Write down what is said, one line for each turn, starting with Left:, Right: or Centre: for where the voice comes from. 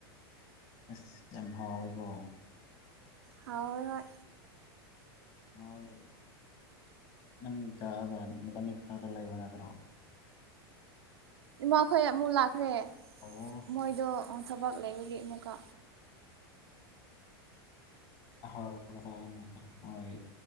Left: ꯑꯁ ꯌꯥꯝ ꯍꯥꯎꯋꯦꯀ‌ꯣ
Right: ꯍꯥꯎꯋꯦ ꯍꯣꯏ
Left: ꯅꯣꯏ ꯅꯪꯗꯒ ꯅꯕꯅꯤ ꯈꯔꯗ ꯂꯩꯕ ꯅꯠꯇ꯭ꯔꯣ
Right: ꯏꯃꯥꯈꯣꯏ ꯑꯃꯨꯛ ꯂꯥꯛꯈ꯭ꯔꯦ
Left: ꯑꯣ
Right: ꯃꯣꯏꯗꯣ ꯊꯕꯛ ꯂꯩꯕꯒꯤ ꯑꯃꯨꯛꯀ
Left: <unintelligible> <inaudible> ꯑꯍꯥꯎꯕꯒ ꯆꯥꯏꯅꯦ ꯃꯣꯏ